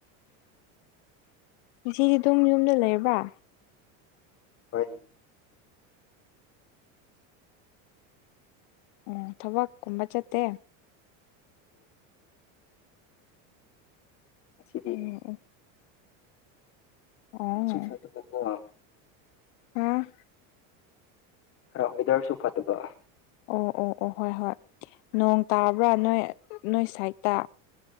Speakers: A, on the left; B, on the left.
A: ꯁꯤ ꯑꯗꯨꯝ ꯌꯨꯝꯗ ꯂꯩꯔꯕ꯭ꯔꯥ
B: ꯍꯣꯏ
A: ꯑꯣ ꯊꯕꯛ ꯀꯨꯝꯕ ꯆꯠꯇꯦ
B: <inaudible> ꯑꯁꯤꯗꯤ
A: ꯎꯝ ꯑꯣ
B: ꯅ ꯁꯨꯐꯥꯏ <unintelligible>
A: <unintelligible>
B: ꯈꯔ ꯋꯦꯗꯔꯁꯨ ꯐꯠꯇꯕ
A: ꯑꯣ ꯑꯣ ꯑꯣ ꯍꯣꯏ ꯍꯣꯏ ꯅꯣꯡ ꯇꯥꯕ꯭ꯔꯥ ꯅꯣꯏ ꯅꯣꯏ ꯁꯥꯏꯠꯇ